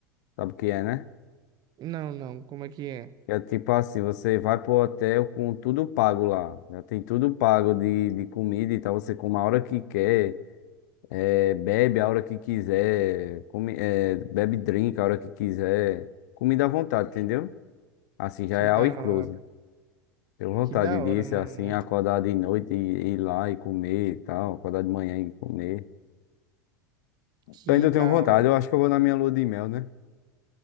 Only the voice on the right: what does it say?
Não, não, como é que é?
Que
da
hora,
que da
hora, mano,
muito,
que
da
hora, mano.